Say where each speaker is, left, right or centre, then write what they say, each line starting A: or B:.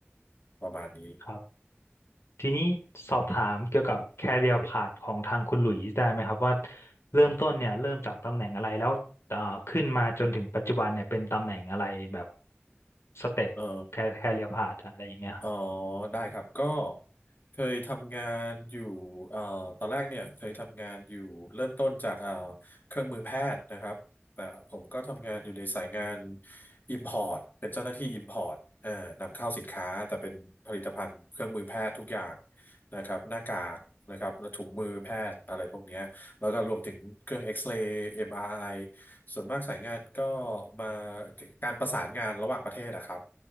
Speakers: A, on the left (about 45°); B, on the left (about 80°).
A: ประมาณนี้
B: บ ทีนี้สอบถามเกี่ยวกับ career path ของทางคุณหลุยส์ได้ไหมครับว่าเริ่มต้นเนี่ยเริ่มจากตำแหน่งอะไรแล้วเอ่อขึ้นมาจนถึงปัจจุบันเนี่ยเป็นตำแหน่งอะไรแบบสเต็ป
A: อ๋อ
B: career path อะไรอย่างเงี้ยครับ
A: อ๋อได้ครับก็เคยทำงานอยู่เอ่อตอนแรกเนี่ยเคยทำงานอยู่เริ่มต้นจากเอ่อเครื่องมือแพทย์นะครับแต่ผมก็ทำงานอยู่ในสายงาน Import เป็นเจ้าหน้าที่ Import เอ่อนำเข้าสินค้าแต่เป็นผลิตภัณฑ์เครื่องมือแพทย์ทุกอย่างนะครับหน้ากากนะครับและถุงมือแพทย์อะไรพวกเนี้ยแล้วก็รวมถึงเครื่องเอ็กซเรย์ MRI ส่วนมากสายงานก็มาการประสานงานระหว่างประเทศนะครับ